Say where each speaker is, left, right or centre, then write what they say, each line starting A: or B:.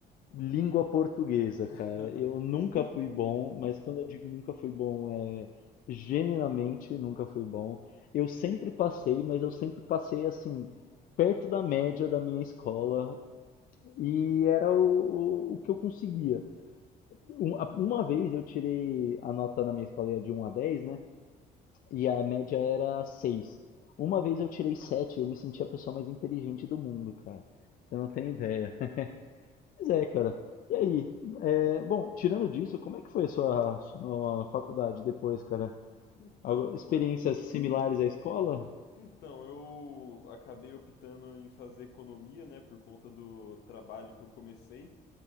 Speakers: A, on the left; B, on the left.
A: Língua portuguesa,
B: <laughs>
A: cara. Eu nunca fui bom, mas quando eu digo nunca fui bom, é genuinamente nunca fui bom. Eu sempre passei, mas eu sempre passei assim, perto da média da minha escola, e era o, o, o que eu conseguia. Um- a- Uma vez eu tirei a nota na minha escola era de um a dez né? E a média era seis Uma vez eu tirei sete eu me senti a pessoa mais inteligente do mundo, cara. Você não tem ideia. <laughs> Mas é, cara. E aí? é, bom, tirando disso, como é que foi a sua, sua faculdade depois, cara?
B: Então,
A: Algu- experiências
B: eu,
A: similares à escola?
B: então, eu acabei optando em fazer economia, né, por conta do trabalho que eu comecei